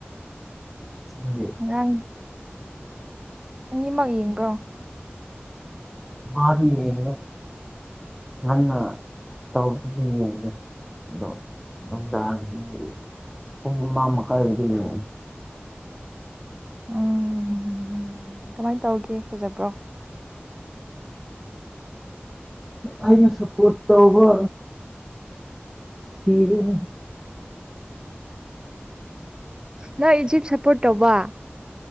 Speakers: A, in the centre; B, on the right.
A: ꯅꯪꯗꯤ
B: ꯔꯥꯡ ꯑꯅꯤꯃꯛ ꯌꯦꯡꯕ꯭ꯔꯣ
A: ꯃꯥꯗꯤ ꯌꯦꯡꯅꯦ ꯉꯟꯅ ꯇꯧꯗꯗꯤ ꯌꯦꯡꯉꯦ ꯗꯣ ꯅꯨꯡꯗꯥꯡꯒꯤꯗꯤ ꯄꯨꯡ ꯃꯉꯥ ꯃꯈꯥꯏ ꯑꯣꯢꯗꯣꯢꯅꯦ
B: ꯎꯝ ꯀꯃꯥꯏꯟ ꯇꯧꯒꯦ ꯐꯖꯕ꯭ꯔꯣ
A: ꯑꯩꯅ ꯁꯄꯣꯔꯠ ꯇꯧꯕ ꯊꯤꯔꯦꯅꯦ
B: ꯅꯪ ꯏꯖꯤꯞ ꯁꯞꯄꯣꯔꯠ ꯇꯧꯕ